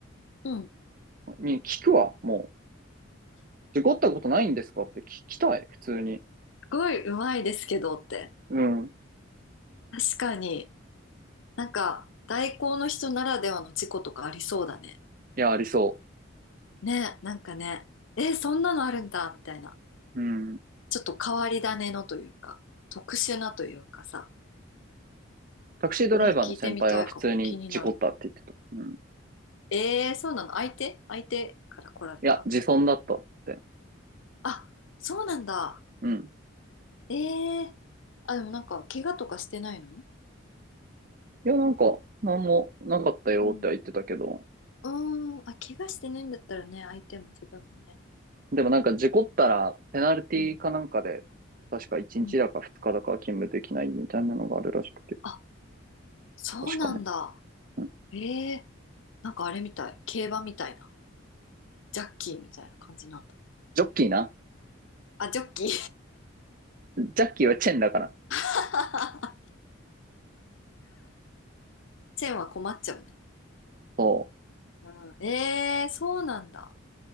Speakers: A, on the left; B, on the right.
A: うん
B: に聞くわ、もう。事故ったことないんですかって聞きたい、普通に。
A: ごいうまいですけどって。
B: うん。
A: 確かに、なんか、代行の人ならではの事故とかありそうだね。
B: いや、ありそ
A: ね、なんかね、え、そんなのあるんだ、みたいな。
B: う。うん。
A: ちょっと変わり種のというか、特殊なというかさ。
B: タクシードライバーの先輩は普通に事故ったって言ってた。
A: え、聞いてみたいかも。気になる。
B: うん。い
A: えー、そうなの相手相手から来られた
B: や、自損だったって。
A: あ、そうなんだ。
B: うん。
A: えー、あ、でもなんか、怪我とかしてないの
B: いや、なんか、なんもなかったよっては言ってたけど。
A: うん。うーん、あ、怪我してないんだったらね、相手も自分もね。
B: でもなんか事故ったら、ペナルティかなんかで、
A: うん。
B: 確か1日だか2日だか勤務できないみたいなのがあるらしくて。
A: うん。あそうなんだ。
B: 確かね。うん。
A: ええなんかあれみたい。競馬みたいな。ジャッキーみたいな感じなんだ。
B: ジョッキーな。
A: あ、ジョッキー。
B: ジャッキーはチェンだから。
A: <laughs> チェーンは困っちゃうね。
B: そ
A: うん。ええそうなんだ。